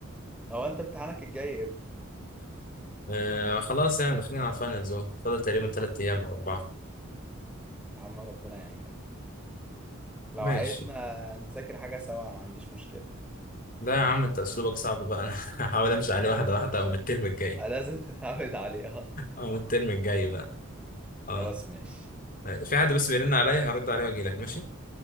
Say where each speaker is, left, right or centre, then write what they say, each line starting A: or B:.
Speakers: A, in the centre; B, on the left.
A: هو انت امتحانك الجاي امتى
B: آه خلاص يعني داخلين على الفاينلز أهو فاضل تقريبا 3 أيام أو 4
A: يا عم ربنا يعينك لو
B: ماشي
A: عايزنا نذاكر حاجه سوا ما عنديش مشكله
B: لا يا عم انت اسلوبك صعب بقى انا <laughs> هحاول امشي عليه واحده واحده او من الترم الجاي
A: آه، لازم <laughs> تتعود عليها
B: او من الترم الجاي بقى اه
A: خلاص ماشي
B: في حد بس بيرن عليا هرد عليه واجي لك ماشي